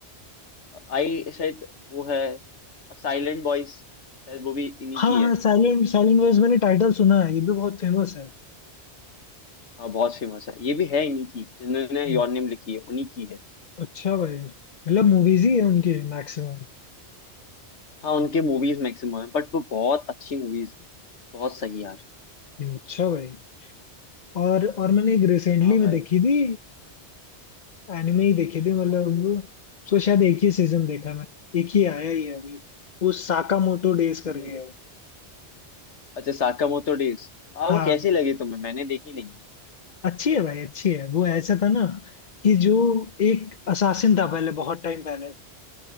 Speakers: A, on the left; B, on the left.
A: आई शायद वो है साइलेंट बॉयज शायद वो भी इन्हीं
B: हाँ
A: की है
B: हाँ साइलेंट साइलेंट वॉइस मैंने टाइटल सुना है ये भी बहुत फेमस है
A: हाँ बहुत फेमस है ये भी है इन्हीं की जिन्होंने
B: हम्म,
A: योर नेम लिखी है उन्हीं की है
B: अच्छा भाई मतलब मूवीज ही है उनके मैक्सिमम
A: हाँ उनके मूवीज मैक्सिमम है बट वो बहुत अच्छी मूवीज हैं बहुत सही यार
B: अच्छा भाई और और मैंने एक रिसेंटली
A: हाँ भाई
B: में देखी थी एनिमे ही देखी थी मतलब उसको शायद एक ही सीजन देखा मैंने एक ही आया ही है अभी वो साकामोटो डेज करके
A: हम्म,
B: है वो।
A: अच्छा साकामोतो डेज हाँ
B: हाँ
A: वो कैसी लगी तुम्हें मैंने देखी नहीं है
B: अच्छी है भाई अच्छी है वो ऐसा था ना कि जो एक असासिन था पहले बहुत टाइम पहले